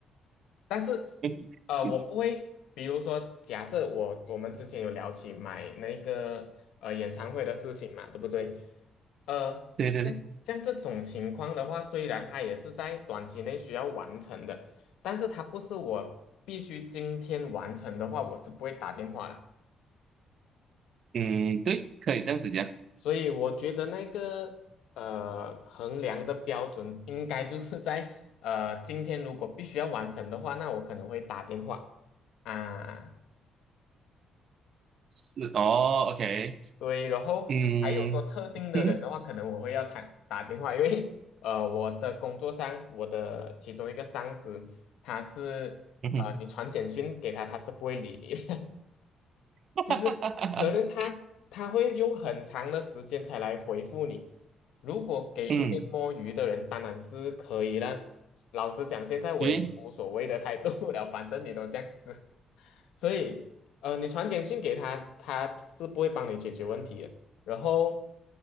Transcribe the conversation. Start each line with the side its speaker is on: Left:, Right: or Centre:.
Left: 但是，
Right: <laughs>
Left: 呃，
Right: 就
Left: 我不会，比如说，假设我我们之前有聊起买那个呃演唱会的事情嘛，对不对？呃，
Right: 对对对，
Left: 像像这种情况的话，虽然它也是在短期内需要完成的，但是它不是我必须今天完成的话，我是不会打电话的。
Right: 嗯，对，可以这样子讲，
Left: 所以我觉得那个呃衡量的标准应该就是在呃今天如果必须要完成的话，那我可能会打电话啊。
Right: 是哦，OK，
Left: 对，然后还有说特定的人的话，
Right: 嗯嗯
Left: 可能我会要打打电话，因为呃，我的工作上，我的其中一个上司，他是呃，
Right: 嗯，
Left: 你传简讯给他，他是不会理你的，<laughs>
Right: <laughs>
Left: 就是可能他他会用很长的时间才来回复你。如果给一些摸鱼的人，
Right: 嗯，
Left: 当然是可以啦。老实讲，现在我也是无所谓的态度了，
Right: 因为
Left: 反正你都这样子。所以呃，你传简讯给他，他是不会帮你解决问题的。然后